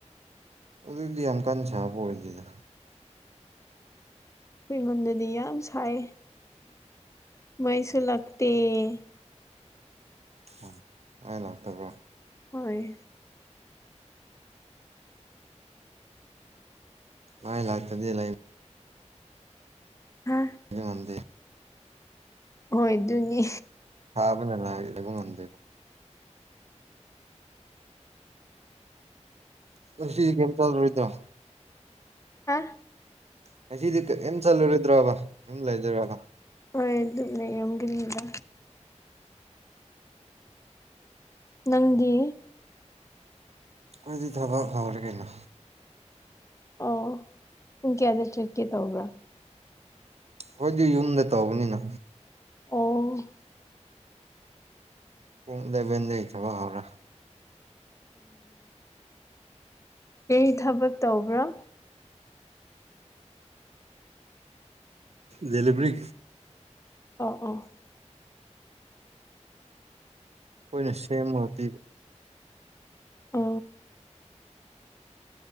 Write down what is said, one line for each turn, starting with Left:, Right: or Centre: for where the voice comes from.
Right: ꯑꯗꯨꯏꯗꯤ ꯌꯥꯝ ꯀꯟꯅ ꯁꯥꯕ ꯑꯣꯏꯗꯦꯗ
Left: ꯑꯩꯈ ꯑꯩꯉꯣꯟꯗꯗꯤ ꯌꯥꯝ ꯁꯥꯏ ꯃꯩꯁꯨ
Right: ꯎꯝ
Left: ꯂꯛꯇꯦ ꯍꯦ
Right: ꯎ ꯑ ꯂꯥꯛꯇꯕ꯭ꯔꯣ
Left: ꯍꯣꯏ
Right: ꯃꯥꯏ ꯂꯥꯛꯇꯥꯗꯤ ꯂ
Left: ꯍꯥ
Right: ꯉꯗꯦ
Left: ꯍꯣꯏ ꯑꯗꯨꯅꯤ
Right: ꯑꯂ ꯌꯦꯂꯝ ꯉꯗ ꯀꯁꯤ ꯀꯝ ꯆꯔꯣꯏꯗ
Left: ꯍꯥ
Right: ꯉꯁꯤꯗꯤ ꯀꯝ ꯆꯠꯂꯨꯔꯣꯏꯗ꯭ꯔꯣꯕ ꯀ ꯂꯩꯗꯣꯏ꯭ꯔꯕ
Left: ꯑ ꯑꯗꯨ ꯂꯩꯒꯅꯤꯗ ꯅꯪꯗꯤ
Right: ꯑꯩꯈꯣꯏꯗꯤ ꯊꯕꯛ ꯐꯥꯎꯔꯦ ꯀꯩꯅꯣ
Left: ꯑꯣ ꯄꯨꯡ ꯀꯌꯥꯗ ꯆꯠꯀꯦ ꯇꯧꯕ꯭ꯔꯥ
Right: ꯍꯣꯏꯗꯤ ꯌꯨꯝꯗ ꯇꯧꯕꯅꯤꯅ
Left: ꯑꯣ
Right: ꯄꯨꯡꯗ ꯕꯦꯟꯗꯩ ꯊꯕ ꯍꯧꯥꯎꯔꯥ
Left: ꯑꯩ ꯊꯕꯛ ꯇꯧꯕ꯭ꯔꯥ
Right: ꯂꯤꯕꯔꯤ
Left: ꯑ ꯑꯥ
Right: ꯑꯩꯈꯣꯏꯅ ꯁꯦꯝꯃꯒ ꯄꯤꯕ
Left: ꯑ